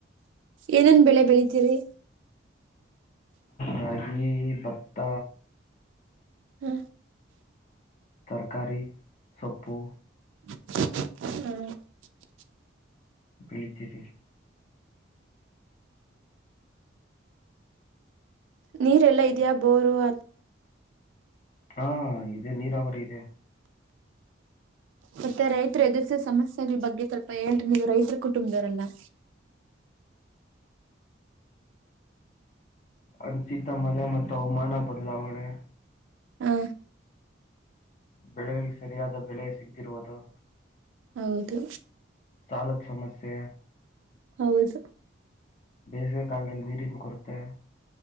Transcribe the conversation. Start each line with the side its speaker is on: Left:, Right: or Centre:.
Right: ಏನೇನ್ ಬೆಳೆ ಬೆಳಿತೀರಿ
Left: ರಾಗಿ, ಬತ್ತ
Right: ಹಾ
Left: ತರಕಾರಿ, ಸೊಪ್ಪು
Right: ಹು
Left: ಬೇಳಿತೀವಿ
Right: ನೀರ್ ಎಲ್ಲಾ ಇದೆಯಾ ಬೋರ್ವೆಲ್
Left: ಹಾ ಇದೆ ನೀರಾವರಿ ಇದೆ
Right: ಮತ್ತೆ ರೈತರು ಎದುರಿಸಿದ ಸಮಸ್ಯೆಗಳ ಬಗ್ಗೆ ಸ್ವಲ್ಪ ಹೇಳ್ರಿ ನೀವು ರೈತರ ಕುಟುಂಬದವರಲಾ
Left: ಅಂಸಿತ ಮಳೆ ಮತ್ತು ಅವಮಾನ ಬದ್ಲಾವಣೆ
Right: ಹ
Left: ಬೆಳೆಗಳಿಗೆ ಸರಿಯಾದ ಬೆಳೆ ಸಿಗ್ದಿರೋವಾಗ
Right: ಹೌದು
Left: ಸಾಲದ್ ಸಮಸ್ಯೆ
Right: ಹೌದು
Left: ದೇಸವ ಕಾಲ್ ನೀರಿಿನ ಕುರತೆ <unintelligible> ತ್ತ